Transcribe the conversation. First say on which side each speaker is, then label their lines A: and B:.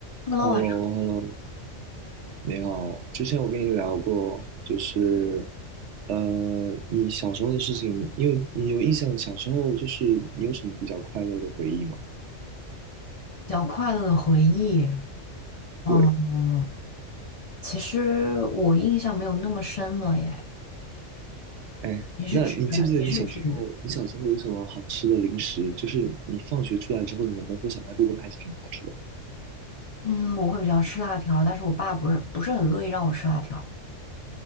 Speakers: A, on the left; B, on the right.
A: Hello，
B: h e
A: 晚上
B: l l o h e l l o 你好。之前我跟你聊过，就是，呃，你小时候的事情，你你有你有印象？小时候就是你有什么比较快乐的回忆吗？
A: 比较快乐的回忆，嗯，
B: 对，
A: 其实我印象没有那么深了耶。
B: 哎，
A: 你是指你是指，
B: 那你记不记得你小时候，你小时候有什么好吃的零食？就是你放学出来之后，你们门口小卖部会卖些什么好吃的？
A: 嗯，我会比较吃辣条，但是我爸不是不是很乐意让我吃辣条。